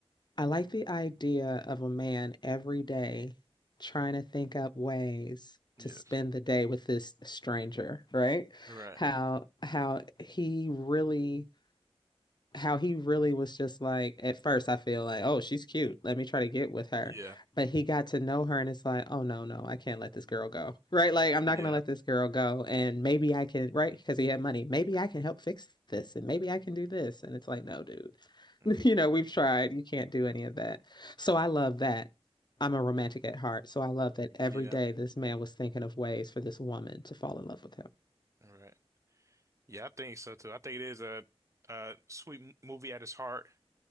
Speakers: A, on the left; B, on the right.
A: I like the idea of a man every day trying to think up ways
B: yes.
A: to spend the day with this stranger, right?
B: Right.
A: How how he really how he really was just like at first I feel like, oh, she's cute. Let me try to get with her.
B: Yeah.
A: But he got to know her and it's like, oh no, no, I can't let this girl go. Right? Like I'm not
B: Yeah.
A: gonna let this girl go. And maybe I can, right? Because he had money. Maybe I can help fix this and maybe I can do this. And it's like, no, dude.
B: Mm,
A: <laughs> You know, we've tried. You can't do any of that. So I love that. I'm a romantic at heart. So I love that every
B: Yeah.
A: day this man was thinking of ways for this woman to fall in love with
B: All right. Yeah, I think so too. I think it is a a sweet m- movie at its heart,